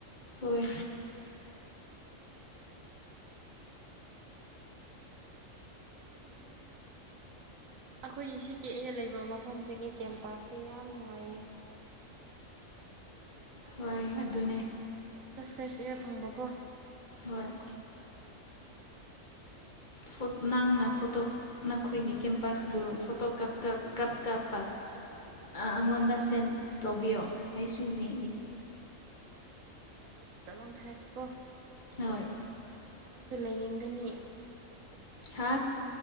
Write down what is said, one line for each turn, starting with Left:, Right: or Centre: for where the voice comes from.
Left: ꯍꯣꯏ
Right: ꯍꯣꯏ ꯍ ꯑꯩꯈꯣꯏꯒꯤ ꯁꯤꯒꯤ ꯑꯩꯅ ꯂꯩꯕ ꯃꯐꯝꯁꯤꯒꯤ ꯀꯦꯝꯄꯁꯁꯦ ꯌꯥꯝ ꯅꯨꯡꯉꯥꯏꯌꯦ
Left: ꯍꯣꯏ ꯑꯗꯨꯅꯦ
Right: ꯌꯥꯝꯅ ꯐ꯭ꯔꯦꯁ ꯏꯌꯥꯔ ꯐꯪꯕꯀꯣ
Left: ꯍꯣꯏ
Right: ꯑꯗꯨꯗꯤ ꯌꯥꯝ ꯅꯨꯡꯉꯥꯏꯌꯦ
Left: ꯍ ꯅꯪꯅ ꯐꯣꯇꯣ ꯅꯈꯣꯏꯒꯤ ꯀꯦꯝꯄꯥꯁꯄꯨ ꯐꯣꯇꯣꯞ ꯀꯥꯞ ꯀꯥꯞꯄ ꯑꯩꯉꯣꯟꯗ ꯁꯦꯟ ꯇꯧꯕꯤꯌꯣ ꯑꯩꯁꯨ ꯌꯦ
Right: <unintelligible> ꯀꯣ
Left: ꯍꯣꯏ
Right: ꯅꯪꯁꯨ ꯂꯩꯅꯤꯡꯒꯅꯤ
Left: ꯍꯥ